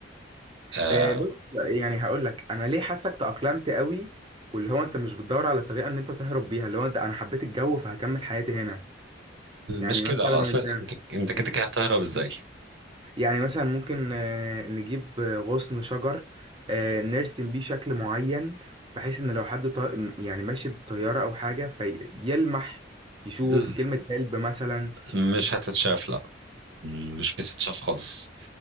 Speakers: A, on the right; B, on the right.
A: أه...
B: آه بص يعني هقول لك انا ليه حاسك تأقلمت قوي واللي هو انت مش بتدور على طريقه ان انت تهرب بيها اللي هو انت انا حبيت الجو فهكمل حياتي هنا يعني
A: مش كده
B: مثلا
A: اصل
B: انت
A: انت انت كده
B: انت-
A: كده هتهرب ازاي
B: يعني مثلا ممكن آه، نجيب آه، غصن شجر آه، نرسم بيه شكل معين بحيث ان لو حد طا... م- يعني ماشي بطياره او حاجه فيلمح يشوف
A: ال-
B: كلمه هلب مثلا
A: ال- مش هتتشاف لا مش بتتشاف خالص